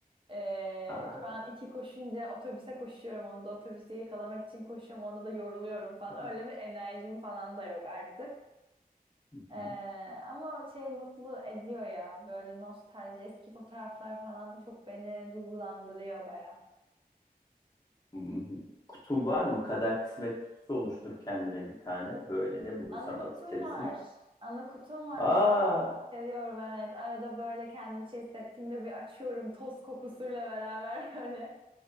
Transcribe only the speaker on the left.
Aa,
hı
hı.
Hı hı. Kutun var mı? Kader kısmet kutusu oluştur kendine bir tane. Böyle ne bulursan
at içerisine.
Aa,